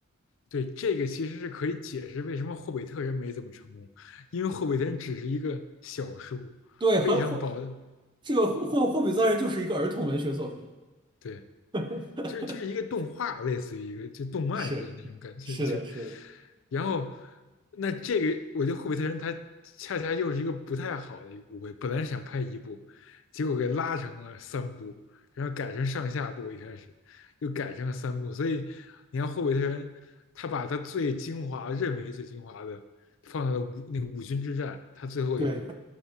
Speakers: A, on the left; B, on the right.
A: 对这个其实是可以解释为什么霍比特人没怎么成功，因为霍比特人只是一个小数，
B: 对，
A: 非常薄的，
B: 和霍这个霍霍霍比特人就是一个儿童文学作品。
A: 对。
B: <laughs>
A: 就是就是一个动画，类似于一个就动漫似的那种感觉，
B: 是是的，
A: 就
B: 是的，
A: 然后那这个我觉得《霍比特人》他恰恰又是一个不太好的一个误会，本来是想拍一部，结果给拉成了三部，然后改成上下部，一开始又改成了三部，所以你看《霍比特人》，他把他最精华认为最精华的放到了五那个五军之战，他最后一部，
B: 对。